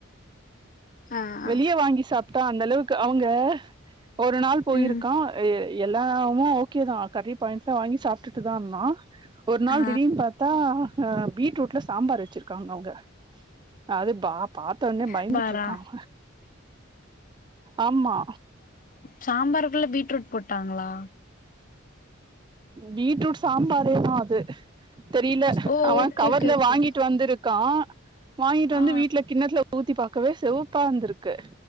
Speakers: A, on the left; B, on the right.
A: ஆ ஆ
B: வெளிய வாங்கி சாப் டா அந்த அளவுக்கு அவுங்க ஒரு நாள் போயிருக்கான்
A: ம்
B: எல்லாமு ஓகேதா கறி பாயிண்ட்ல வாங்கி சாப்டுட்டுதா இருந்தா ஒரு நாள்
A: ஆ
B: திடீனு பா த்தா பீட்ரூட்ல சாம்பார் வெச்சிருக்காங்க அவுங்க அது பா பாத்த ஒன்னே பயந்துட்ருக்கான்
A: சாம்பாரா
B: ஆமா
A: சாம்பார்க்குள்ள பீட்ரூட் போட்டாங்ளா
B: பீட்ரூட் சாம்பாரேதா அது தெரில
A: ஓ
B: அவன்
A: ஓகே
B: கவர்ல
A: ஓகே ஓகே
B: வாங்கிட்டு வந்திரு க்கான் வாங்கிட்டு
A: ஆ
B: வந்து வீட்ல கிண்ணத்துல ஊத்தி பாக்கவே செவப்பா இந்திருக்கு